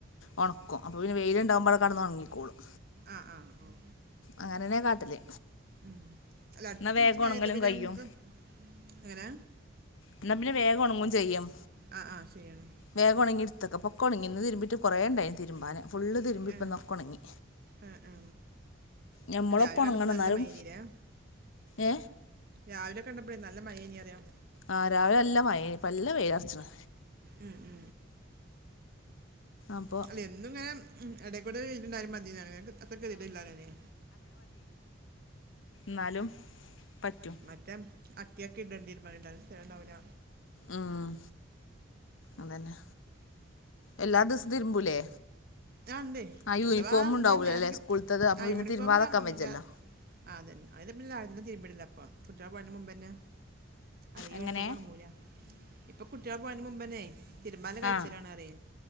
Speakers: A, on the left; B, on the right.
A: ഉണക്കും അപ്പോൾ പിന്നെ വെയിലുണ്ടാവകുമ്പോഴ കടന്നന്ന് ഉണങ്ങിക്കോളും
B: ആഹ് ആഹ് ആഹ്
A: അങ്ങനെന്നെ കാട്ടല്
B: ഉം അല്ല അിച്ചുപിടിച്ചു
A: എന്നാ വേഗം
B: മഴന്താ
A: ഒണങ്ങലും
B: പിന്നെ
A: കയ്യും
B: നമുക്ക് എങ്ങനെ
A: എന്നാ പിന്നെ വേഗം ഉണങ്ങും ചെയ്യാം
B: ആ ആ ശരിയാണ്
A: വേഗം ഉണങ്ങി എടുത്തക്കെ പൊ ഉണങ്ങ കുറേ ഉണ്ടും തിരുമ്പാന് ഫുള്ള് തിരുമ്പി
B: ആ
A: ഇപ്പ ഉണങ്ങി
B: ആ ആ
A: ഞമ്മള
B: രാവിലെ
A: പണങ്ങണ
B: കണ്ടപ്പോൾ
A: എന്നാലും
B: നല്ല മഴ ഇനിയില്ലേ
A: ഏ
B: രാവിലെ കണ്ടപ്പോഴേ നല്ല മഴ ഇനി അറിയോ
A: ആഹ് രാവിലെ എല്ലാം മയനി ഇപ്പ നല്ല വെയിലടച്ചണ്
B: ഉം ഉം
A: അപ്പൊ
B: അല്ല എന്തും ഇങ്ങനെ ഉം ഇടക്കൂടെതിട്ടുണ്ടാലും മതിണ് ക്ക് അത്ര കയിട്ടല്ലെയ
A: ന്നാലും പറ്റും
B: മറ്റേ അട്ടിയൊക്കെ ഇടേണ്ട തീരുമാനണ്ടും സ്ഥണ്ടാവില്ല
A: ഉം അതന്നെ എല്ലാ ദിവസ തിരുമ്പൂലെ
B: ആ ഉണ്ടേ
A: ആ യൂണിഫോമ
B: അഥവാ
A: ഉണ്ടാവലല്ലേ
B: എന്ത് നേരെ കിട്ടി
A: സ്കൂളത്തത് അപ്പ
B: ആ
A: പിന്നെ
B: യൂണിഫോം
A: തിരുമ്പതക്കാൻ
B: ആ
A: വജല്ലോ
B: അതന്നെ അതി തീരുമ്പടില്ല അപ്പൊ കുട്ടികള പോയതിന് മുമ്പ്ന്നെ അത്
A: എങ്ങനെ
B: യൂണിഫോം ഉണങ്ങൂല ഇപ്പൊ കുട്ടികളെ പോയന് മുമ്പന്നെ തിരുമാാല കഴിച്ചലാണ്
A: ആ
B: അറിയ